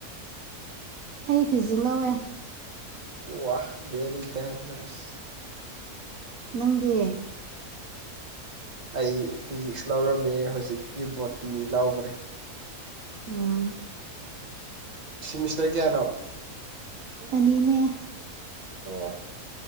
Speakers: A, on the right; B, on the right.
A: ꯑꯩ ꯐꯤꯖꯤ ꯂꯧꯋꯦ꯫
B: ꯋꯥ ꯕꯦꯔꯤ ꯗꯦꯟꯖꯔꯦꯁ꯫
A: ꯅꯪꯗꯤ꯫
B: ꯑꯩ ꯐꯤꯖꯤꯛꯁ ꯂꯧꯔꯝꯃꯦ ꯍꯧꯖꯤꯛꯇꯤ ꯕꯣꯇꯅꯤ ꯂꯧꯈ꯭ꯔꯦ꯫
A: ꯑꫭ꯫
B: ꯁꯤꯃꯤꯁꯇꯔ ꯀꯌꯥꯅꯣ꯫
A: ꯑꯅꯤꯅꯦ꯫
B: ꯑꯣ